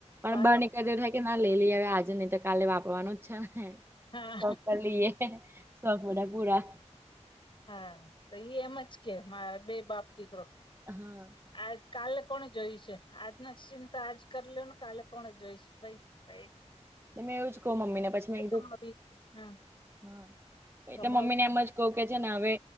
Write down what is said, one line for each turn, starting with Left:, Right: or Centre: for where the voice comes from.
Right: અન
Left: બારે
Right: બાને કદાચ એવું થાય કે ના લઈ લઈએ હવે આજે નહી તો કાલે વાપરવાનું જ છે ને
Left: હા
Right: શોક કરી લઈએ શોખ બધા પુરા
Left: હા તો ઈ એમજ કે માર બે બાપ દીકરો
Right: હા.
Left: આજ કાલે કોણ જોયું છે આજના ચિંતા આજ કર લોન કાલે કોણ જોઈ છે. બસ એક
Right: કે મેં એવું જ કહ મમ્મી ને પછી મે કીધું
Left: કમાવી હા
Right: હ
Left: કમાવી
Right: એટલે મમ્મી ને એમજ કઉ કે છે ને. હવે